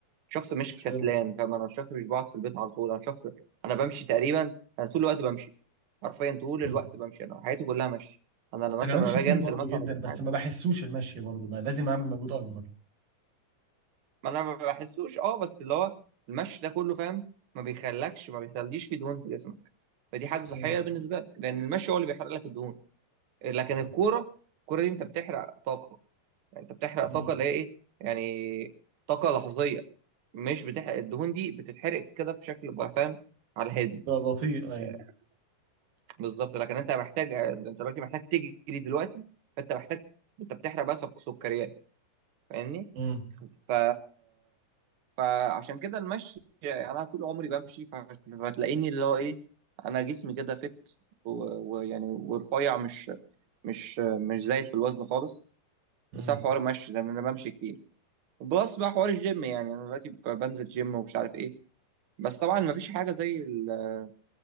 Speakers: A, on the right (about 65°); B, on the right (about 85°).
A: شخص مش
B: مش
A: كسلان
B: رياضي
A: فاهم انا شخص مش بقعد في البيت على طول انا شخص انا بمشي تقريبا انا طول الوقت بمشي حرفيا طول
B: مم.
A: الوقت بمشي انا حياتي كلها مشي انا لما مثلا
B: انا بمشي
A: لما باجي
B: كتير
A: انزل
B: برضه
A: مثلا
B: جدا
A: اجيب
B: بس
A: حاجة
B: ما بحسوش المشي برضه بقى لازم اعمل مجهود اكبر
A: ما انا ما بحسوش اه بس اللي هو المشي ده كله فاهم ما بيخلكش ما بيخليش في دهون في جسمك فدي حاجه صحيه
B: مم.
A: بالنسبه لك لان المشي هو اللي بيحرق لك الدهون لكن
B: مم.
A: الكوره الكوره دي انت بتحرق طاقه يعني انت بتحرق
B: مم.
A: طاقه اللي هي ايه يعني طاقه لحظيه مش بتحرق الدهون دي بتتحرق كده بشكل بقى فاهم على الهادي
B: ده بطيء ايوه
A: آه، بالظبط لكن انت محتاج انت دلوقتي محتاج تجري دلوقتي فانت محتاج انت بتحرق بقى سك- سكريات فاهمني
B: امم
A: ف فعشان كده المشي يعني انا طول عمري بمشي فهت- فهتلاقيني اللي هو ايه انا جسمي كده فت و- ويعني ورفيع مش مش مش زايد في الوزن خالص بسبب
B: امم
A: حوار المشي لان انا بمشي كتير بلس بقى حوار الجيم يعني انا دلوقتي ب- بنزل جيم ومش عارف ايه بس طبعا مفيش حاجه زي ال-